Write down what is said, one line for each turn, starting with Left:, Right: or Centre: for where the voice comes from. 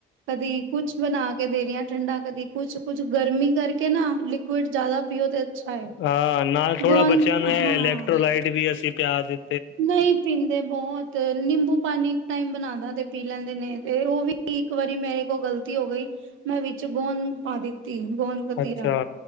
Right: ਕਦੀ ਕੁਛ ਬਣਾ ਦੇ ਰਹੀਆਂ ਠੰਡਾ ਕਦੀ ਕੁਛ -ਕੁਛ ਗਰਮੀ ਕਰਕੇ ਨਾ ਲਿਕੁਇਡ ਜ਼ਿਆਦਾ ਪੀਓ ਤੇ ਅੱਛਾ ਹੈ
Left: ਹਾਂ ਨਾਲ ਥੋੜ੍ਹਾ
Right: ਗੋਂਦ
Left: ਬੱਚੇਆਂ ਨੂੰ ਇਹ
Right: ਹਾਂ
Left: ਇਲੈਕਟ੍ਰੋਲਾਈਟ ਵੀ ਅਸੀਂ ਪਿਆ ਦਿੱ
Right: ਨਹੀਂ ਪੀਂਦੇ ਬਹੁਤ ਤੇ ਨਿੰਬੂ ਪਾਣੀ ਇੱਕ ਟਾਈਮ ਬਨਾਣਾ ਤੇ ਪੀ ਲੈਂਦੇ ਨੇ, ਤੇ ਉਹ ਵੀ ਇੱਕ ਵਾਰੀ ਮੇਰੇ ਕੋਲ ਗ਼ਲਤੀ ਹੋ ਗਈ ਮੈਂ ਵਿੱਚ ਗੋਂਦ ਪਾ ਦਿੱਤੀ ਗੋਂਦ। ਕਤੀਰਾ,
Left: ਅੱਛਾ